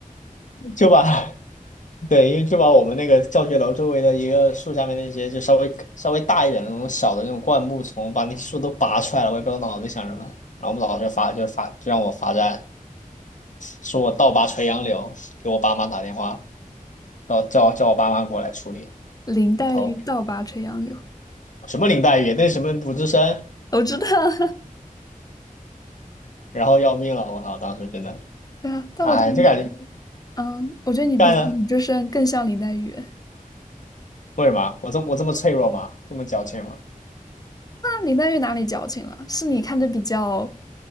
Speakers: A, on the left; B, on the left.
A: 就把 <laughs> 对，因为就把我们那个教学楼周围的一个树下面那些就稍微稍微大一点的那种小的那种灌木丛，把那树都拔出来了。我也不知道脑子里想什么。然后我们老师罚就罚就让我罚站，说我倒拔垂杨柳，给我爸妈打电话，叫叫叫我爸妈过来处理。
B: 林黛玉倒拔垂杨柳，
A: 我操，什么林黛玉，那什么鲁智深，
B: 我知道。<laughs>
A: 然后要命了！我靠，当时真的，
B: 对啊，但我觉得你
A: 哎，就感觉
B: 嗯，我觉得你比你这身更像林黛玉。
A: 干了
B: 哇，
A: 为什么？我这么我这么脆弱吗？这么矫情吗？
B: 林黛玉哪里矫情了？是你看着比较